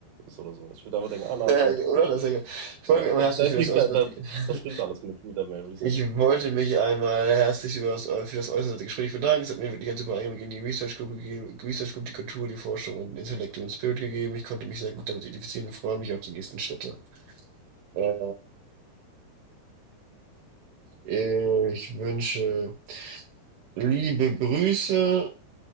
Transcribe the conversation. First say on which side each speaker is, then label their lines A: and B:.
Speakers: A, on the right (about 60°); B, on the right (about 75°).
A: ist oder sowas. Ich würde einfach denken,
B: <laughs>
A: ah, nice,
B: Ja,
A: nice.
B: Oder? Das ist ja geil. Ich
A: Ja,
B: freue mich aber
A: da,
B: herzlich
A: da ist
B: für
A: nichts,
B: das Auswärtige.
A: da, da, das
B: <laughs>
A: stimmt alles mit, mit der Mail, würde ich sagen.
B: Ich wollte mich einmal herzlich über das, äh, für das äußerste Gespräch bedanken. Es hat mir wirklich einen super Einblick in die Research Group gegeben, Research Group, die Kultur, die Forschung und den intellektuellen Spirit gegeben. Ich konnte mich sehr gut damit identifizieren und freue mich auf die nächsten Schritte. Äh, ich wünsche liebe Grüße